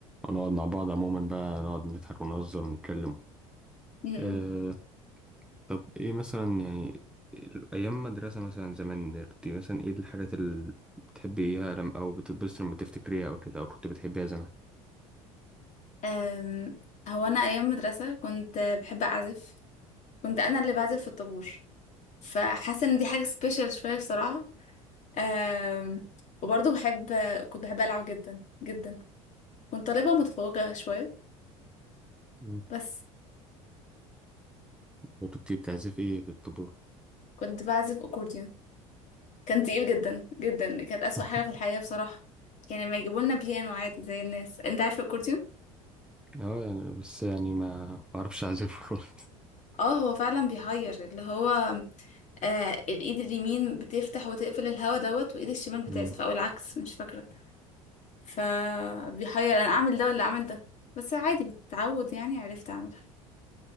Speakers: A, in the centre; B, on the left.
A: ونقعد مع بعض عموما بقى نقعد نضحك ونهزر ونتكلم
B: م-م.
A: أه طب ايه مثلا يعني ايام مدرسة مثلا زمان كنت مثلا ايه الحاجات اللي بتحبيها لم او بتتبسط لما تفتكريها او كده او كنت بتحبيها زمان
B: أم هو أنا أيام مدرسة كنت بحب أعزف كنت أنا اللي بعزف في الطابور فحاسة إن دي حاجة سبيشال شوية بصراحة آم، وبرضه بحب كنت بحب ألعب جدا جدا كنت طالبة متفوقة شوية
A: مم.
B: بس
A: وانت بتعزف ايه في الطبلة
B: كنت بعزف أكورديون كان تقيل جدا جدا كانت أسوأ
A: <laughs>
B: حاجة في الحياة بصراحة كان لما يجيبوا لنا بيانو عادي زي الناس انت عارف الأكورديون
A: اه يعني بس يعني ما اعرفش اعزفه <laughs> خالص
B: اه هو فعلا بيحير اللي هو آه الإيد اليمين بتفتح وتقفل الهوا دوت وإيد الشمال بتعزف
A: مم.
B: أو العكس مش فاكرة فبيحير أنا أعمل ده ولا أعمل ده بس عادي بتتعود يعني عرفت أعملها